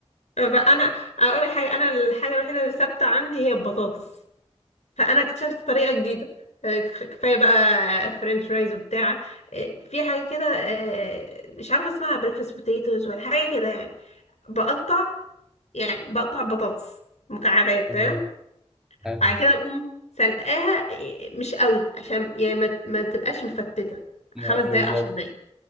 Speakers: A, on the left; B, in the centre.
A: فانا اقول لك حاجه انا الحاجه الوحيده اللي ثابته عندي هي البطاطس فانا اكتشفت طريقه جديده آه، كفايه بقى فرنش فرايز وبتاع آه، في حاجه كده آه، مش عارفه اسمها بريكفاست بوتيتوز ولا حاجه كده يعني بقطع يعني بقطع بطاطس مكعبات
B: تمام
A: تمام
B: حلو
A: وبعد كده اقوم سلقاها آه، مش قوي عشان يعني ما, ما تبقاش مفتته
B: ما-
A: خمس
B: بالظبط
A: دقايق عشر دقايق